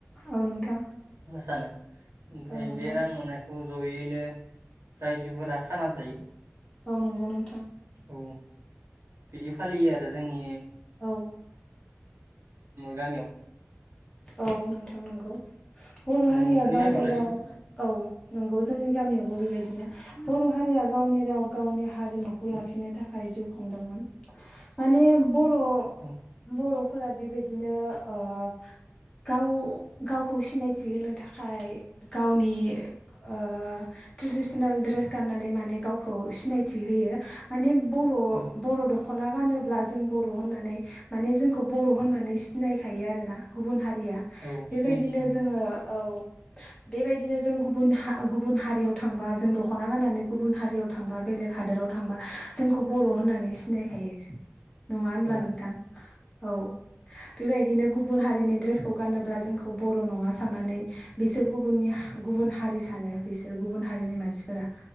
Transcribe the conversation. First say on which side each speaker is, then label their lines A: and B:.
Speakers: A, on the left (about 20°); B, on the right (about 70°).
A: औ नोंथां
B: मोसानो ओमफ्राय
A: औ नोंथां
B: बे रां मोननायखौ ज'यैनो रायजोफोरा खाना जायो।
A: औ नांगौ नं
B: औ। बिदि फालियो आरो जोंनि
A: औ
B: गामियाव
A: औ नोंथां नंगौ। बर'
B: औ
A: हारिया
B: नोंसोरनि
A: गावनि
B: गामियावलाय
A: राव औ नंगौ जोंनि गामियावबो बेबायदिनो बर' हारिया गावनि राव गावनि हारिमुखौ लाखि नो थाखाय जिउ खुदोंमोन। माने ब र'
B: औ
A: बर'फोरा बेबायदिनो ओ गाव गावखौ सिनायथि होनो थाखाय गावनि ओ ट्रेडिसनेल ड्रेस गाननानै माने गावखौ सिनायथि होयो। माने बर'
B: औ
A: बर' दख'ना गानोब्ला जों बर' होननानै माने जोंखौ बर' होननानै सि सिनायखायो आरोना गुबुन हारिया।
B: औ
A: बेबायदिनो
B: सिनायथि मोनो।
A: जोङो औ बेबायदिनो जों गुबुन हा गुबुन हारियाव थांबा जों दख'ना गाननानै गुबुन हारियाव थांबा बेलेग हादोराव थांबा जोंखौ बर' होननानै सिनायखायो। नङा होनब्ला
B: औ
A: नोंथां? औ। बेबायदिनो गुबुन हारिनि ड्रेसखौ गानोब्ला जोंखौ बर' नङा साननानै बिसोर गुबुननि हा गुबुन हारि सानो बिसोर गुबुन हारिनि मानसिफोरा।